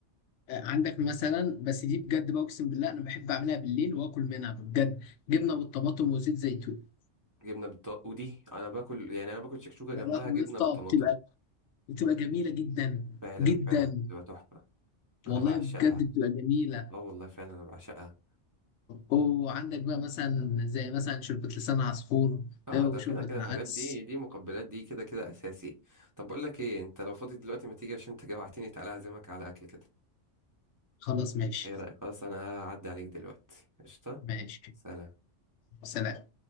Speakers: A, on the left; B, on the right.
A: آه عندك مثلا بس دي بجد بقى اقسم بالله انا بحب اعملها بالليل واكل منها بجد جبنه بالطماطم وزيت زيتون
B: جبنة بالط... ودي انا باكل يعني انا باكل شكشوكة
A: يا
B: جنبها
A: لهوي
B: جبنة
A: يا اسطى
B: بالطماطم
A: بتبقى بتبقى جميلة جدا
B: فعلا
A: جدا
B: فعلا بتبقى تحفة
A: والله
B: انا بعشقها
A: بجد بتبقى جميلة
B: اه والله فعلا انا بعشقها
A: وعندك بقى مثلا زي مثلا شوربة لسان عصفور
B: اه
A: آه،
B: ده
A: وشوربة
B: كده كده
A: العدس
B: الحاجات دي دي مقبلات دي كده كده اساسي طب بقول لك ايه انت لو فاضي دلوقتي ما تيجي عشان انت جوعتني تعالى اعزمك على اكل كده
A: خلاص ماشي
B: ايه رايك خلاص انا هعدي عليك دلوقتي قشطه
A: ماشي
B: سلام
A: سلام